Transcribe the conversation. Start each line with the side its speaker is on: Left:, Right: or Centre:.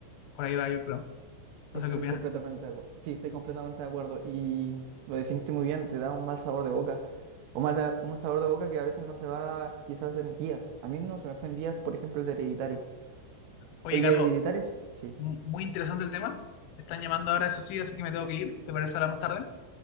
Left: Por ahí va, yo creo. No
Right: Estoy
Left: sé qué opinas.
Right: completamente de acuerdo. Sí, estoy completamente de acuerdo. Y lo definiste muy bien, te da un mal sabor de boca. O mal da- un sabor de boca que a veces no se va quizás en días. A mí no se me fue en días, por ejemplo, el de Hereditary.
Left: Oye,
Right: El
Left: Carlos,
Right: de Hereditary, s- sí.
Left: Mu- Muy interesante el tema. Me están llamando ahora, eso sí, así que me tengo que ir. ¿Te parece hablar más tarde? Nos